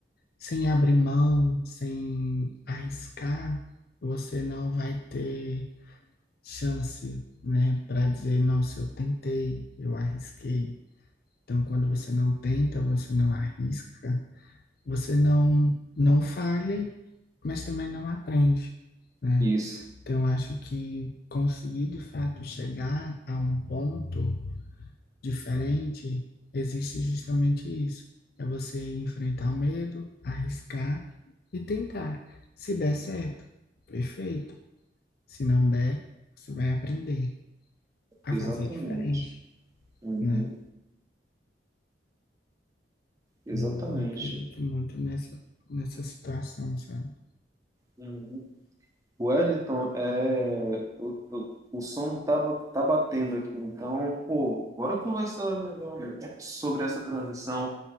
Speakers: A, on the left; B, on the right.
A: sem abrir mão, sem arriscar, você não vai ter chance, né, para dizer, nossa, eu tentei, eu arrisquei. Então, quando você não tenta, você não arrisca, você não, não falha, mas também não aprende, né?
B: Isso,
A: Então, eu acho que conseguir de fato chegar a um ponto diferente, existe justamente isso. É você enfrentar o medo, arriscar e tentar. Se der certo, perfeito. Se não der, você vai aprender a
B: exatamente.
A: fazer diferente,
B: Uhum,
A: né?
B: Exatamente.
A: Eu acredito muito nessa, nessa situação, sabe?
B: Uhum. Wellington, é, o, o, o sono tá, ba- tá batendo aqui, então, pô, bora conversar melhor sobre essa transição.